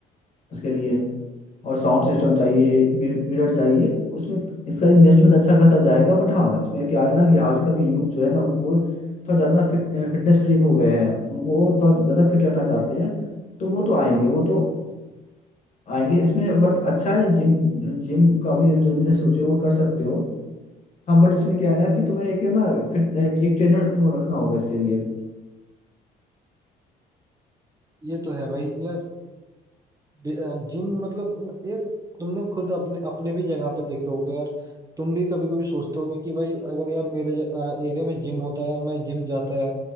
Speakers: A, on the left; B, on the right.
A: उसके लिए और साउंड सिस्टम चाहिए मिरर चाहिए उसमें इसका इन्वेस्टमेंट अच्छा खासा जाएगा बट हाँ इसमें क्या है ना कि आजकल के यूथ जो है ना वो थोड़ा ज़्यादा फिट फिटनेस फ्रीक हो गए हैं वो थोड़ा ज़्यादा फिट रहना चाहते हैं तो वो तो आएंगे वो तो आएंगे इसमें बट अच्छा है जिम जिम का भी जो बिजनेस सोचे हो वो कर सकते हो हाँ बट इसमें क्या है ना कि तुम्हें एक है ना फिर एक ट्रेनर तुम्हें रखना होगा इसके लिए
B: ये तो है भाई यार बे- अ, जिम मतलब हम- एक तुमने खुद अपने अपने भी जगह पे देखे होगे यार तुम भी कभी कभी सोचते होगे कि भाई अगर यार मेरे एरिया में जिम होता है यार मैं जिम जाता है यार